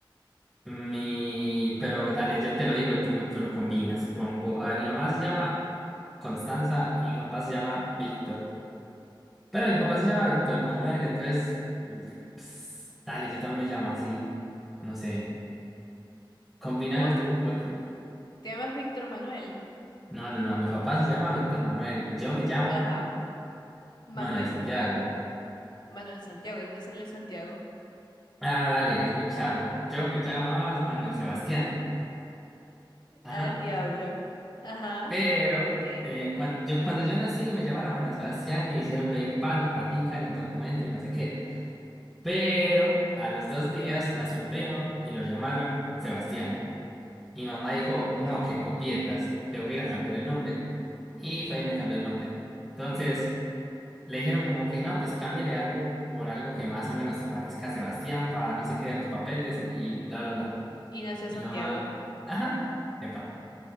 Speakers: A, in the centre; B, on the left.
A: Mi, pero dale, yo te lo digo y tú, me- tú lo combinas, supongo. A ver, mi mamá se llama Constanza y mi papá se llama Víctor. Pero mi papá se llama Víctor Manuel, entonces, ps, dale, yo también me llamo así. No sé,
B: Co-
A: combínalos
B: ¿Cómo
A: tú, porque.
B: te llamas Víctor Manuel?
A: No, no, no, mi papá se llama Víctor Manuel y yo me llamo
B: Ajá. Manuel.
A: Manuel Santiago.
B: Manuel Santiago. ¿De dónde salió el Santiago?
A: Ah, dale, es muy charro. Yo me llamaba Manuel Sebastián. Ajá.
B: Al diablo. Ajá.
A: Pero
B: Ok.
A: eh, cuan- yo, cuando yo nací me llamaron Manuel Sebastián y hicieron lo de pa, la patica en el documento y no sé qué. Pero a los dos días nació un primo y lo llamaron Sebastián. Y mamá dijo,
B: Okay.
A: no, que copietas, le voy a ir a cambiar el nombre. Y fue y me cambió el nombre. Entonces le dijeron como que no, pues cámbiale algo por algo que más o menos se parezca a Sebastián para no sé qué de los papeles y, y bla, bla, bla.
B: Y nació
A: Y
B: Santiago.
A: mi mamá, ajá, epa,